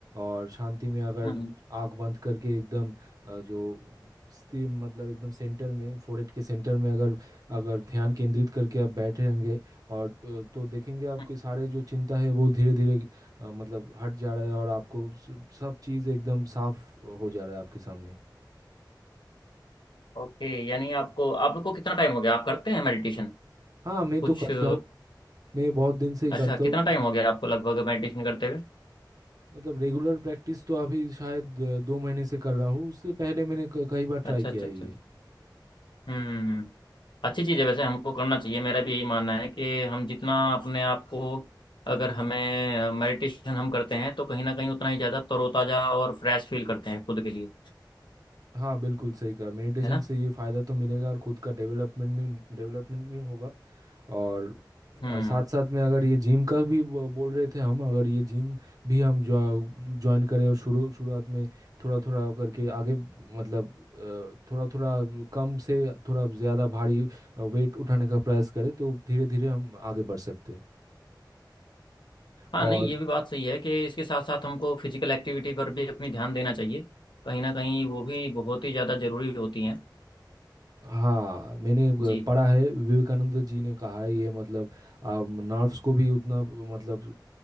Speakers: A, on the right; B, on the left.
A: और शांति में अगर
B: हम्म
A: आंख बंद करके एकदम अ, जो स्थिर मतलब एकदम सेंटर में फोrehead के सेंटर में अगर अगर ध्यान केंद्रित करके आप बैठे रहेंगे और अ, तो देखेंगे आपके
B: हम्म
A: सारे जो चिंता है वो धीरे धीरे अ, मतलब हट जा रहा है और आपको स- सब चीज़ एकदम साफ हो जा रहा है आपके सामने
B: ओके यानी आपको आपको कितना टाइम हो गया आप करते हैं मेडिटेशन
A: हाँ मैं
B: कुछ
A: तो करता
B: अ,
A: हूँ मैं बहुत दिन से ही करता
B: अच्छा कितना
A: हूँ
B: टाइम हो गया आपको लगभग मेडिटेशन करते हुए
A: मतलब रेगुलर प्रैक्टिस तो अभी शायद अ, दो महीने से कर रहा हूँ उसके पहले मैंने क- कई बार ट्राई
B: अच्छा
A: किया
B: अच्छा
A: है
B: अच्छा
A: ये
B: हम्म अच्छी चीज़ है वैसे हमको करना चाहिए मेरा भी यही मानना है कि हम जितना अपने आप को अगर हमें मेडिटेशन हम करते हैं तो कहीं ना कहीं उतना ही ज़्यादा तरोताज़ा और फ्रेश फील करते हैं खुद के लिए
A: हाँ बिल्कुल सही कहा मेडिटेशन
B: है ना
A: से ये फ़ायदा तो मिलेगा और खुद का डेवलपमेंट में डेवलपमेंट भी होगा और
B: हम्म
A: साथ साथ में अगर ये जिम का भी बो- बोल रहे थे हम अगर ये जिम भी हम ज्वा- ज्वाइन करें और शुरू शुरुआत में थोड़ा थोड़ा करके आगे मतलब अ, थोड़ा थोड़ा कम से थोड़ा ज़्यादा भारी वेट उठाने का प्रयास करें तो धीरे धीरे हम आगे बढ़ सकते हैं
B: हाँ
A: और
B: नहीं ये भी बात सही है कि इसके साथ साथ हमको फिजिकल एक्टिविटी पर भी अपनी ध्यान देना चाहिए कहीं ना कहीं वो भी बहुत ही ज़्यादा ज़रूरी होती हैं
A: हाँ मैंने ब-
B: जी
A: पढ़ा है विवेकानंद जी ने कहा है ये मतलब नर्व्स को भी उतना मतलब